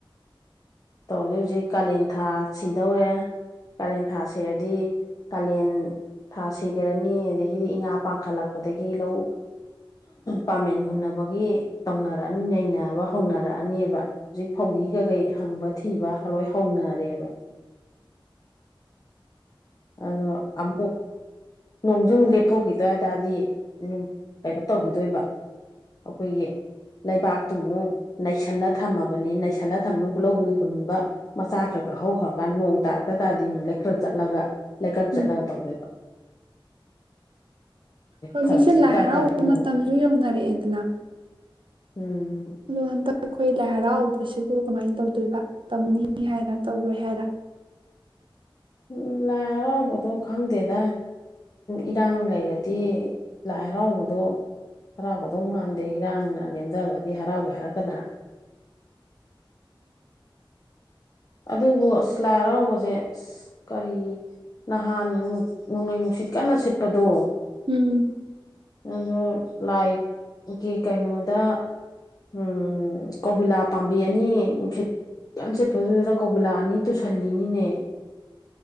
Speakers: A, on the left; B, on the right.
A: ꯇꯧꯔꯗꯤ ꯍꯧꯖꯤꯛ ꯀꯥꯂꯦꯟ ꯊꯥ ꯁꯤꯗꯧꯔꯦ ꯀꯥꯂꯦꯟ ꯊꯥ ꯁꯤꯔꯗꯤ ꯀꯥꯂꯦꯟ ꯊꯥ ꯁꯤꯈꯔꯅꯤ ꯑꯗꯒꯤꯗꯤ ꯏꯉꯥ ꯄꯥꯡꯈꯠꯂꯛꯄꯗꯒꯤ ꯂꯧ ꯄꯥꯃꯦꯟ ꯍꯨꯟꯅꯕꯒꯤ ꯇꯧꯅꯔꯛꯑꯅꯤ ꯅꯩꯅꯕ ꯍꯧꯅꯔꯛꯑꯅꯤꯕ ꯍꯧꯖꯤꯛ ꯐꯧꯗꯤ ꯀꯀꯩ ꯍꯪꯕ ꯊꯤꯕ ꯂꯣꯏ ꯍꯧꯅꯔꯦꯕ ꯑꯗꯣ ꯑꯃꯨꯛ ꯅꯣꯡ ꯁꯨꯝ
B: ꯑꯥ
A: ꯂꯦꯞꯊꯣꯛꯈꯤ <inaudible> ꯗꯤ ꯎꯝ ꯀꯩꯩꯅꯣ ꯇꯧꯈꯤꯗꯣꯏꯕ ꯑꯩꯈꯣꯏꯒꯤ ꯂꯩꯕꯥꯛꯇꯨꯃꯨꯛ ꯅꯩꯁꯜꯂ ꯊꯝꯃꯕꯅꯤ ꯅꯩꯁꯜꯂ ꯊꯝꯃ ꯍꯨꯂꯧ ꯍꯨꯟꯕ ꯃꯆꯥ ꯈꯔ ꯈꯔ ꯍꯧꯈꯔꯀꯥꯟꯗ ꯅꯣꯡ ꯇꯥꯔꯛꯇ ꯇꯥꯔꯗꯤ ꯑꯃꯨꯛ ꯂꯩꯀ꯭ꯔꯛ ꯆꯠꯂꯒ ꯂꯩꯀꯛ
B: ꯎꯝ
A: ꯆꯠꯂꯒ ꯇꯧꯗꯩꯕ
B: ꯍꯧꯖꯤꯛꯁꯦ
A: ꯐꯔꯛꯁꯦ
B: ꯂꯥꯏ
A: ꯏꯇꯥ
B: ꯍꯔꯥꯎꯕ
A: ꯇꯥꯔꯤ ꯅꯣꯡꯁꯦ
B: ꯃꯇꯝꯁꯨ ꯌꯧꯅꯔꯛꯑꯦꯗꯅ
A: ꯎꯝ
B: ꯑꯗꯣ ꯍꯟꯗꯛ ꯑꯩꯈꯣꯏ ꯂꯥꯏ ꯍꯔꯥꯎꯕꯁꯤꯕꯨ ꯀꯃꯥꯏꯟ ꯇꯧꯗꯣꯏꯕ ꯇꯧꯅꯤ ꯍꯥꯏꯔ ꯇꯧꯔꯣꯏ ꯍꯥꯏꯔ
A: ꯎꯝ ꯂꯥꯏ ꯍꯔꯥꯎꯕꯗꯣ ꯈꯪꯗꯦꯗ ꯏꯔꯥꯡ ꯂꯩꯔꯗꯤ ꯂꯥꯏ ꯍꯔꯥꯎꯕꯗꯣ ꯍꯔꯥꯎꯒꯗꯧ ꯃꯥꯟꯗꯦ ꯏꯔꯥꯡꯅ ꯅꯦꯝꯗꯒ꯭ꯔꯗꯤ ꯍꯔꯥꯎꯒꯦ ꯍꯥꯏꯔꯛꯀꯗ꯭ꯔꯥ ꯑꯗꯨꯕꯨ ꯑꯁ ꯂꯥꯏ ꯍꯔꯥꯎꯕꯁꯦ ꯑꯁ ꯀꯔꯤ ꯅꯍꯥꯟ ꯅꯣꯡꯂꯩ ꯅꯨꯡꯁꯤꯠ ꯀꯟꯅ ꯁꯤꯠꯄꯗꯣ
B: ꯎꯝ
A: ꯑꯗꯣ ꯂꯥꯏꯒꯤ ꯀꯩꯅꯣꯗ ꯎꯝ ꯀꯧꯕꯨꯂꯥ ꯄꯥꯝꯕꯤ ꯑꯅꯤ ꯅꯨꯡꯁꯤꯠ ꯀꯟ ꯁꯤꯠꯄꯗꯨꯗ ꯀꯧꯕꯨꯂꯥ ꯑꯅꯤ ꯇꯨꯁꯜꯂꯤꯅꯤꯅꯦ